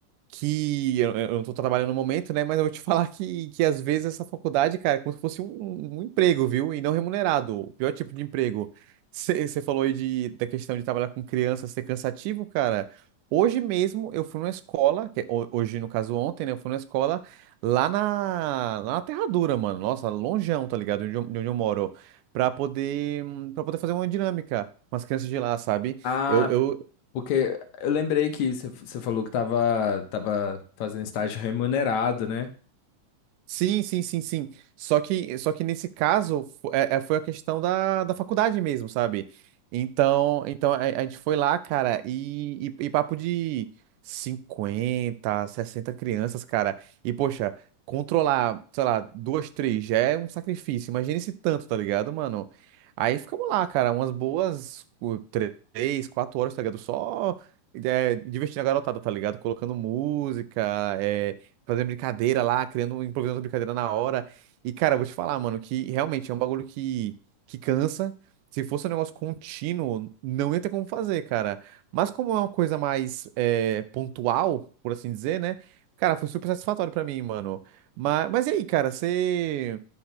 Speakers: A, on the right (about 80°); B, on the left (about 70°).
A: que eu, eu não tô trabalhando no momento, né? Mas eu vou te <laughs> falar que, que às vezes essa faculdade, cara, é como se fosse um, um um emprego, viu? E não remunerado, o pior tipo de emprego. Você falou aí de, da questão de trabalhar com criança ser cansativo, cara. Hoje mesmo eu fui numa escola, que é ho- hoje no caso ontem, né? Eu fui numa escola lá na, lá na Terra Dura, mano. Nossa, longeão, tá ligado? De onde eu, de onde eu moro. Pra poder, para poder fazer uma dinâmica com as crianças de lá, sabe?
B: Ah,
A: Eu, eu,
B: porque eu lembrei que você você falou que tava, tava fazendo estágio remunerado, né?
A: Sim, sim, sim, sim. Só que, só que nesse caso fo- é- é- foi a questão da, da faculdade mesmo, sabe? Então, então a, a gente foi lá, cara, e, e, e papo de 50 60 crianças, cara. E, poxa, controlar, sei lá, duas, três já é um sacrifício. Imagina esse tanto, tá ligado, mano? Aí ficamos lá, cara, umas boas o, três, quatro horas, tá ligado? Só é, divertindo a garotada, tá ligado? Colocando música, é, fazendo brincadeira lá, criando, improvisando brincadeira na hora. E, cara, eu vou te falar, mano, que realmente é um bagulho que, que cansa. Se fosse um negócio contínuo, não ia ter como fazer, cara. Mas como é uma coisa mais é, pontual, por assim dizer, né? Cara, foi super satisfatório pra mim, mano. Mas, mas e aí, cara, você.